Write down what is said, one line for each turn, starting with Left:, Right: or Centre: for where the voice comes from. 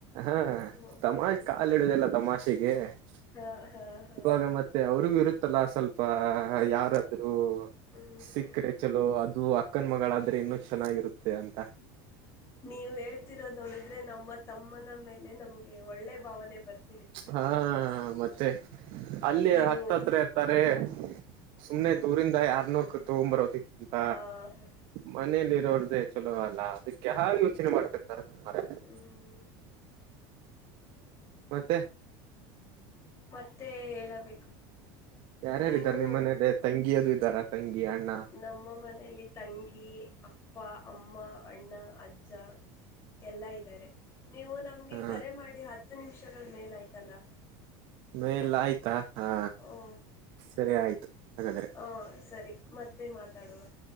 Right: ಹ
Left: ಹ್ಮ
Right: ತಮಾಷೆ
Left: ಹ್ಮ್
Right: ಕಲಳೆಯೋದೆಲಾ
Left: ಹ್ಮ್
Right: ತಮಾಷೆಗೆ ಹ
Left: ಹಾ ಹಾ ಹಾ
Right: ಇವಾಗ ಮತ್ತೆ ಅವ್ರರಿಗೂ ಇರುತ್ತಲ್ಲ <unintelligible> ಯಾರಾದ್ರೂ
Left: ಹ್ಮ್
Right: ಸಿಕ್ಕರೆೆ ಚಲೋ ಅದು <unintelligible> ಅಕ್ಕನ್ ಮಗಳಾದ್ರೆ ಇನ್ನು ಚೆನ್ನಾಗಿರುತ್ತೆ ಅಂತ.
Left: ನೀವು ಹೇಳ್ತಿರೋದು ನೋಡಿದ್ರೆ ನಮ್ಮ ತಮ್ಮನ ಮೇಲೆ ನಮ್ಗೆ ಒಳ್ಳೆ ಭಾವನೆ ಬರ್ತ
Right: ಹಾ ಮತ್ತೆ ಅಲ್ಲಿ
Left: ನೀವು
Right: ಹತ್ತತ್ರ ತಾರೆ ಸುಮ್ನೆ
Left: ಹ್ಮ್
Right: ದೂರಿಂದ
Left: ಹ್ಮ್
Right: ಯಾರ್ನೋ ಕ ತಗೊಂಡ್ ಬರೋದಕ್ಕಿಂತ
Left: ಹಾ ಹಾ
Right: ಮನೇಲಿ ಇರೋರ್ದೇ ಚಲೋ ಅಲ್ಲ ಅದಕ್ಕೆ ಹಾಗೆ ಯೋಚನೆ ಮಾಡ್ತಿರ್ತಾರೆ <unintelligible>
Left: ಹ್ಮ
Right: ಮತ್ತೆ
Left: ಮತ್ತೆ ಹೇಳಬೇಕು
Right: ಯಾರ್ಯಾರ
Left: ನೀವು
Right: ಇದ್ದಾರೆ ನಿಮ್ ಮನೇಲಿ ತಂಗಿಯದು ಇದ್ದಾರಾ ತಂಗಿ ಅಣ್ಣಾ
Left: ನಮ್ಮ ಮನೆಯಲ್ಲಿ ತಂಗಿ, ಅಪ್ಪ, ಅಮ್ಮ, ಅಣ್ಣ, ಅಜ್ಜ ಎಲ್ಲಾ ಇದ್ದಾರೆ ನೀವು ನಮ್ಗೆ
Right: ಹಾ
Left: ಕರೆ ಮಾಡಿ ಹತ್ತು ನಿಮಿಷಗಳ ಮೇಲ ಆಯ್ತಲ್ಲಾ
Right: ಮೇಲ್ಲ ಆಯ್ತಾ ಹಾ
Left: ಓ
Right: ಸರಿ ಆಯ್ತು ಹಾಗಾದ್ರೆ
Left: ಹಾಂ ಸರಿ ಮತ್ತೆ ಮಾತಾಡುವಾ